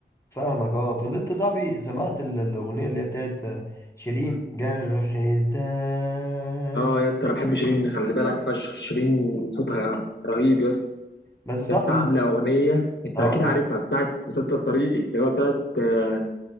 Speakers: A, on the left; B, on the left.
A: فاهمك اه طب انت صاحبي سمعت ال- الاغنيه اللي هي بتاعت شيرين جرح تاني
B: اه يا اسطى انا بحب شيرين خلي بالك فشخ شيرين صوتها رهيب يا اسطى
A: بس صاحبي
B: يا اسطى عامله اغنيه انت
A: اه
B: اكيد عارفها بتاعت مسلسل طريقي اللي هو بتاعت آه،